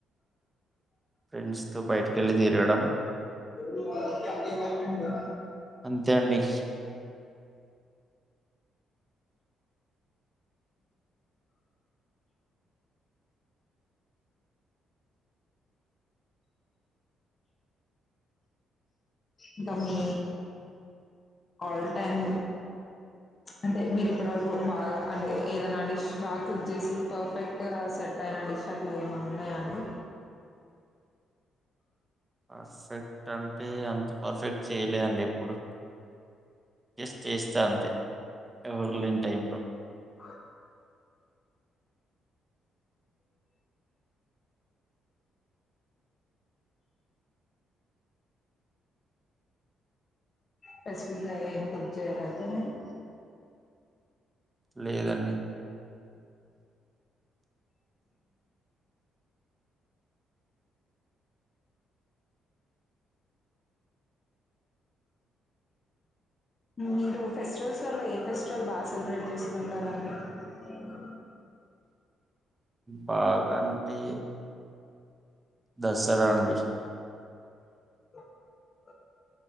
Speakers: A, on the right; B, on the left.
A: ఫ్రెండ్స్ తో బయటి కేళ్ళి తిరగడం
B: <unintelligible>
A: అంతే అండి
B: ఇంకా మీ ఆల్ టైమ్ అంటే మీరు ఇప్పటి వరకు బాగా అంటే ఏదనా డిష్ బాగా కుక్ చేసి పర్ఫెక్ట్ గా సెట్ అయిన డిష్ అట్లా ఏమన్నా ఉన్నాయాఅండి
A: పర్ఫెక్ట్ అంటే అంత పర్ఫెక్ట్ చేయలే అండి ఎప్పుడు జస్ట్ చేస్తా అంతే ఎవరు లేని టైంలో
B: అవ పేసిపిక్ గా ఏం కుక్ చేయరా అయితే మీరు?
A: లేదండి
B: మీరు ఫెస్టివల్స్ ల్లో ఏ ఫెస్టివల్ బాగా సెలబ్రేట్ చేసుకుంటారండి. అ
A: బాగంటి దసరా అండి
B: <inaudible>